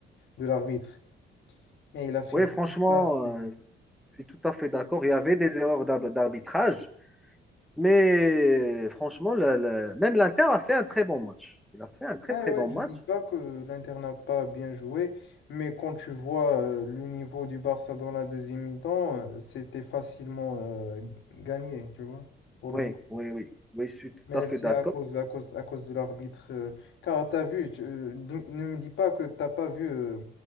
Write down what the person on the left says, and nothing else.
de l'arbitre. Mais il a fait
beaucoup
de gaffe, mec.
Ouais,
ouais,
je
dis pas que l'Inter n'a pas bien joué, mais quand tu vois euh, le niveau du Barça dans la deuxième mi-temps, euh, c'était facilement euh, gagné, tu vois, pour
le Barça.
Mais
c'est
à cause, à cause, à cause de l'arbitre. euh, car tu as vu, tu- euh, ne ne me dis pas que t'as pas vu. euh,